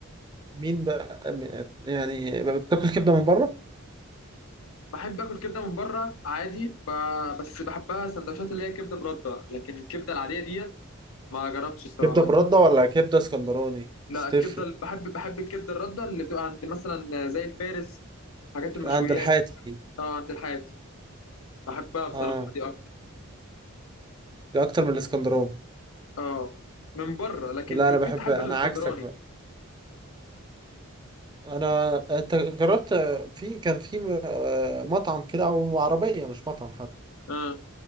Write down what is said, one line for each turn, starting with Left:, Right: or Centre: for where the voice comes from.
Right: مين بقى م- يعني بتاكل كبده من بره
Left: بحب اكل كبده من بره عادي ب... بس بحبها سندوتشات اللي هي كبده برده لكن الكبده العاديه ديت ما جربتش الصراحه
Right: كبده برده ولا كبده اسكندراني
Left: لا
Right: بس
Left: الكبده
Right: تفرق
Left: ال- بحب بحب الكبده الرده اللي بتبقى عند مثلا زي الفارس حاجات المشويات
Right: عند الحاتي
Left: اه عند الحاتي بحبها بصراحه
Right: اه
Left: دي أكتر.
Right: ده اكتر من الاسكندراني
Left: اه من بره لكن
Right: لا
Left: في
Right: انا
Left: البيت
Right: بحب
Left: احب
Right: انا
Left: الاسكندراني
Right: عكسك بقى. انا انت جربت في كان في آه، مطعم كده او عربيه مش مطعم حتى
Left: اه